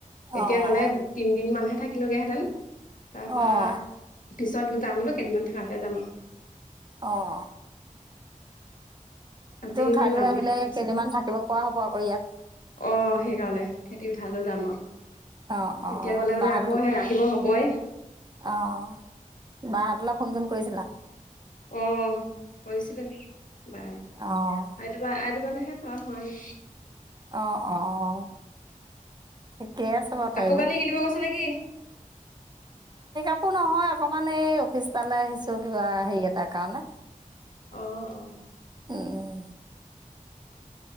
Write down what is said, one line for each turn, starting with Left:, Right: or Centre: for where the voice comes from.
Left: এতিয়া
Right: অ'।
Left: গ'লে তিনদিন মানহে থাকিলোগেহেঁতেন। তাৰপা
Right: অ',
Left: পিছত যাম বোলো কেইদিনমান থকাকে যাম আৰু।
Right: অঁ।
Left: আজি এনেই
Right: ঠাইলৈ
Left: যাম
Right: আহিলে
Left: বুলি ভাবিছো
Right: কেইদিনমান থাকিব পৰা হ'ব আকৌ ইয়াত।
Left: অঁ সেইকাৰণে খেতি উঠাই লৈ যাম আৰু
Right: অ', অ'।
Left: এতিয়া গ'লে মানে
Right: বাহাদুল
Left: আকৌ সেই আহিব হবই
Right: অ', বাহাদুললৈ ফোন চোন কৰিছিলা?
Left: অঁ কৰিছিলো। <unintelligible>
Right: অ'।
Left: আইতুবা। <unintelligible> এ কৰা হোৱা নাই।
Right: অ', অ' অ' ঠিকেই আছে। বাৰু তাইও।
Left: কাপোৰ কানি কিনিব গৈছা নেকি?
Right: <unintelligible> নহয়, অকমান এই অফিচ এতালৈ আহিছো, কিবা হেৰি এটাৰ কাৰণে।
Left: অ', অ'।
Right: উম।